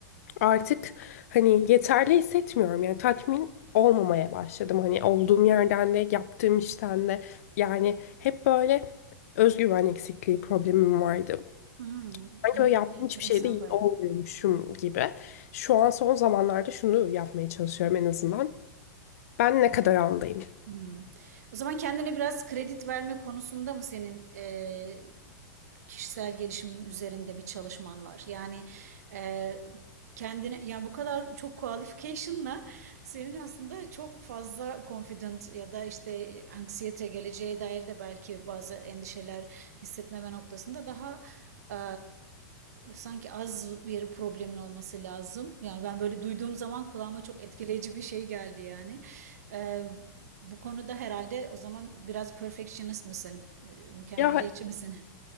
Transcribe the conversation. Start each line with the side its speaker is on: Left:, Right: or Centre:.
Left: Artık hani yeterli hissetmiyorum. Yani tatmin olmamaya başladım. Hani olduğum yerden de yaptığım işten de. Yani hep böyle özgüven eksikliği problemim vardı.
Right: Hmm,
Left: Sanki
Right: en-
Left: böyle yaptığım
Right: enteresan
Left: hiçbir şeyde iyi
Right: baya.
Left: olmuyormuşum gibi. Şu an son zamanlarda şunu yapmaya çalışıyorum en azından. Ben ne kadar andayım?
Right: Hmm. O zaman kendine biraz kredi verme konusunda mı senin eee, kişisel gelişimin üzerinde bir çalışman var. Yani e, kendine yani bu kadar çok qualification'la senin aslında çok fazla confident ya da işte anksiyete geleceğe dair de belki bazı endişeler hissetmeme noktasında daha e, sanki az bir problemin olması lazım. Yani ben böyle duyduğum zaman kulağıma çok etkileyici bir şey geldi yani. E, bu konuda herhalde o zaman biraz perfectionist misin? E, Mükemmeliyetçi
Left: Ya
Right: misin?